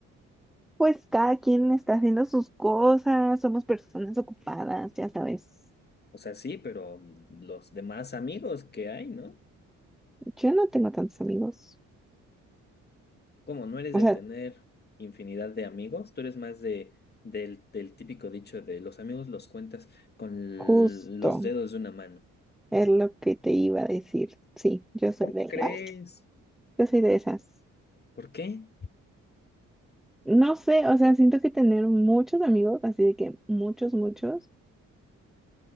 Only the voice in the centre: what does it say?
Pues cada quien está haciendo sus cosas, somos personas ocupadas, ya sabes.
Yo no tengo tantos amigos.
O
sea,
justo
es lo que te iba a decir. Sí, yo soy
de
ah, yo soy de esas.
No sé, o sea, siento que tener muchos amigos, así de que muchos, muchos.